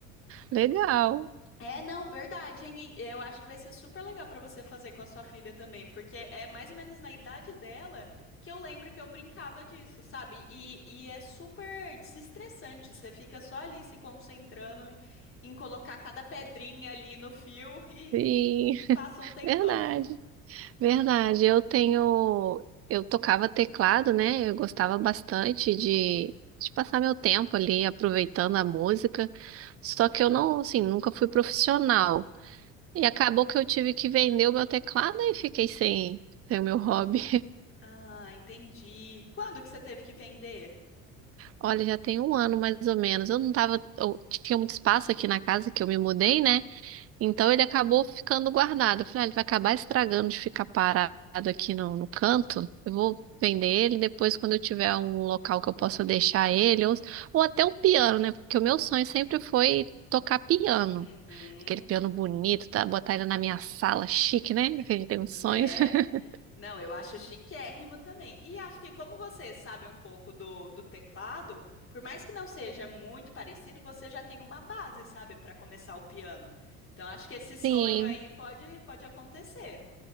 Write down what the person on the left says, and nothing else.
É, não, verdade, hein? E Eu acho que vai ser super legal pra você fazer com a sua filha também, porque é mais ou menos na idade dela que eu lembro que eu brincava disso, sabe? E, e é super desestressante, você fica só ali se concentrando em, em colocar cada pedrinha ali no fio <laughs> e
passa um tempão.
Ah, entendi. Quando que você teve que vender?
Uhum,
né?
Não, eu acho chiquérrimo também. E acho que como você sabe um pouco do, do teclado, por mais que não seja muito parecido, você já tem uma base, sabe, para começar o piano. Então acho que esse sonho
aí pode pode acontecer.